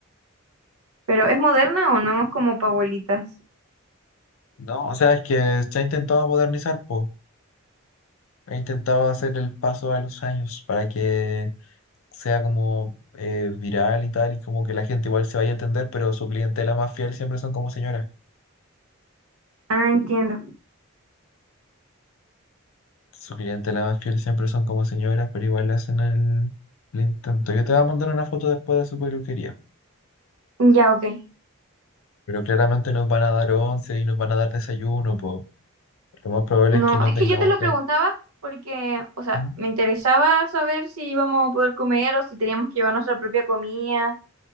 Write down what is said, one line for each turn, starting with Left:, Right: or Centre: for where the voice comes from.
Right: Pero ¿es moderna o no? Es como para abuelitas.
Left: No, o sea, es que se ha intentado modernizar, po. Ha intentado hacer el paso a los años para que sea como eh, viral y tal, y como que la gente igual se vaya a atender, pero su clientela más fiel siempre son como señoras.
Right: Ah, entiendo.
Left: Su clientela más fiel siempre son como señoras, pero igual le hacen el, el intento. Yo te voy a mandar una foto después de su peluquería.
Right: Ya, ok.
Left: Pero claramente nos van a dar once y nos van a dar desayuno, po. Lo más probable
Right: No,
Left: es que no
Right: es
Left: tengamos
Right: que yo te lo
Left: que...
Right: preguntaba porque, o sea,
Left: Ujú.
Right: me interesaba saber si íbamos a poder comer o si teníamos que llevar nuestra propia comida